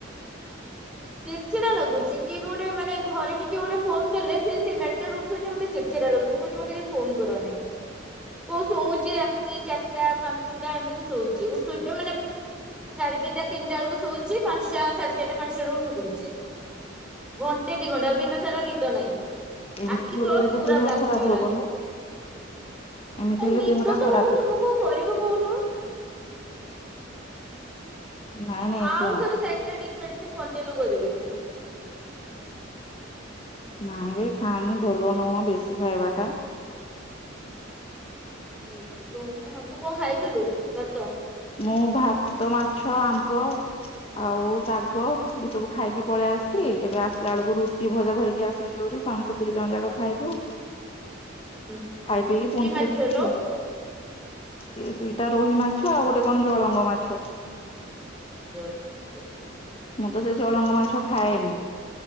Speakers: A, in the centre; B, on the left (about 30°).
A: କିର୍ଛିଡା ଲାଗୁଛି କିଏ ବି ଗୋଟେ ମାନେ ଘରେ ବି କିଏ ଗୋଟେ ଫୋନ କଲେ ସେ ସେ ମେଟୋ ରୁ ହୁ ଯେ ମତେ ଚିର ଚିର୍ ଲାଗୁଛି ମୁଁ କହୁଛି ମତେ କେହି ଫୋନ୍ କରନି କୋଉ ଶୋଉଛି ରାତି ଚାରିଟା ପାଞ୍ଚଟା ଏମିତି ଶୋଉଛି ଉଠିଚୁ ମାନେ ସାଢେ ଦିଟା ତିନି ବେଳକୁ ସଉଛି ପାଞ୍ଚଟାଢେ ଚାରି ପାଞ୍ଚଟା କପଡୁଛେ ଘଣ୍ଟେ ଦି ଘଣ୍ଟେ ଆଉ ଦିନ ସାରା ନିଦ ନାହିଁ
B: ଏମିତି
A: ଆଖି
B: ହବ
A: ତଳ
B: ଯଦି
A: ପୁରା
B: ଦେହ
A: ବ୍ଲାକ୍
B: ଖରାପ
A: ପୁଡ଼ିଗଲାଣି
B: ହବ ନା ଏମିତି
A: ଏ
B: ହେଲେ
A: ନିଦ
B: ଦେହଟା
A: ତ
B: ଖରାପ
A: ହଉନି
B: ହବ
A: ମୁଁ କଣ କରିବି କହୁନୁ?
B: ନାଇଁ ନାଇଁ
A: ଆଉ
B: ଶୁଣୁ
A: ଥର ସାଇକ୍ରେଟିକ ମେଡିସିନ କଣ୍ଟିନ୍ୟୁ କରିବିନି
B: ନହିଁ ଏ ଖାଆନି ଭଲ ନୁହଁ ବେଶୀ ଖାଇବାଟା
A: ତୁ ତୁ କଣ ଖାଇଥିଲୁ ଭାତ
B: ମୁଁ ଭାତ ମାଛ ଆମ୍ବ ଆଉ ଶାଗ ଏ ସବୁ ଖାଇକି ପଳେଇ ଆସିଛି ଏବେ ଆସିଲା ବେଳକୁ ରୁଟି ଭଜା ଧରିକି ଆଶୁ ଜୋରେ ସମେସ୍ତେ ଦି ଜଣ ଯାକ ଖାଇବୁ
A: ହୁଁ ହୁଁ
B: ଖାଇ ପିଇକି ପୁଣିଥରେ
A: କି ମାଛ
B: ଯିବି
A: ଲୋ?
B: କି ସେଇଟା ରୋହି ମାଛ ଆଉ ଗୋଟେ କଣ ଜଳଙ୍ଗ ମାଛ
A: ଜରଛ
B: ମୁଁ ତ ସେ ଚଳଙ୍ଗ ମାଛ ଖାଏନି